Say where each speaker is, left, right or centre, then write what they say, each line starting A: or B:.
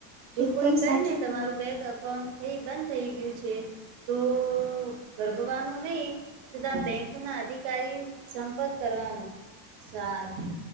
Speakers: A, on the right; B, on the right.
A: જો
B: એકદમ
A: કોઈ કહે
B: સાચું
A: ને તમારું
B: કયું
A: બેંક અકાઉન્ટ થઈ બંધ થઈ ગયું છે. તો ગરભવાનું નઈ. થતાં બેંકના અધિકારી સંપર્ક કરવાનો. સારું